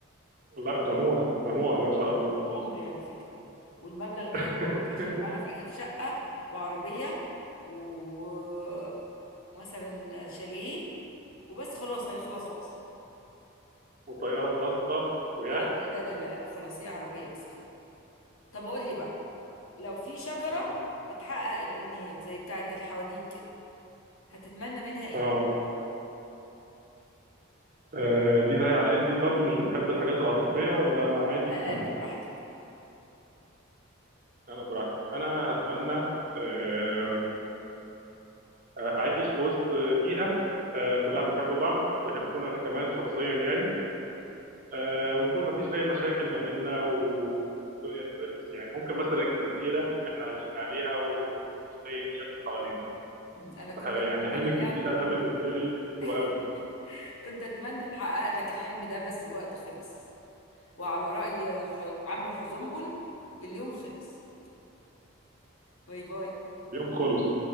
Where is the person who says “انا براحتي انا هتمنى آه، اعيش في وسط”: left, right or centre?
Right